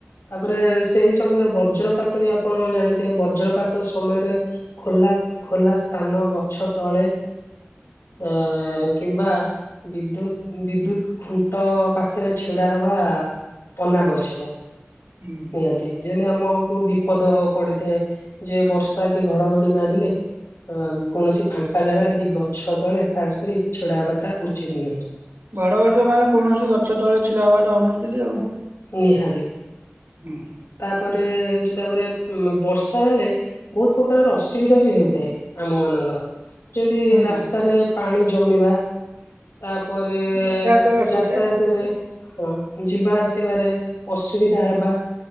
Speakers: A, on the left; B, on the right.
A: ତାପରେ ସେଇ ସମୟରେ ବଜ୍ରପାତ ବି ଆପଣ ଜାଣିଥିବେ ବଜ୍ରପାତ ସମୟରେ ଖୋଲା ଖୋଲା ସ୍ଥାନ ଗଛ ତଳେ ଅ କିମ୍ବା ବିଦ୍ୟୁତ ବିଦ୍ୟୁତ ଖୁଣ୍ଟ ପାଖରେ ଛିଡା ହବା ଅନାବଶ୍ୟକ
B: ହୁଁ।
A: ନିହାତି ଯେମିତି ଆମକୁ ବିପଦ ପଡିଥାଏ ଯେ ବର୍ଷା କି ଘଡଘଡି ମାରିଲେ ଅ କୌଣସି ଫାଙ୍କା ଜାଗାରେ କି ଗଛ ତଳେ ଖାସ କରି ଛିଡା ହବାଟା ଉଚିତ ନୁହେଁ।
B: ଘଡଘଡ଼ି ତ ମାନେ କୌଣସି ଗଛ ତଳେ ଛିିଆ ହେବାଟା ଅନୁଚିତି ଆଉ।
A: ନିହାଦି।
B: ହୁଁ।
A: ତାପରେ ହଉଛି ତାପରେ ବର୍ଷା ହେଲେ ବହୁତ ପ୍ରକାରର ଅସୁବିଧା ବି ହେଇଥାଏ ଆମ ମାନଙ୍କର। ଯେମିତି
B: ହୁଁ
A: ରାସ୍ତାରେ ପାଣି ଜମିବା ତାପରେ
B: ଯାତାୟାତର ଅସୁବିଧା
A: ଯାତାୟାତରେ
B: ସବୁ
A: ହଁ ଯିବା ଆସ୍ ବାରେ ଅସୁବିଧା ହେବା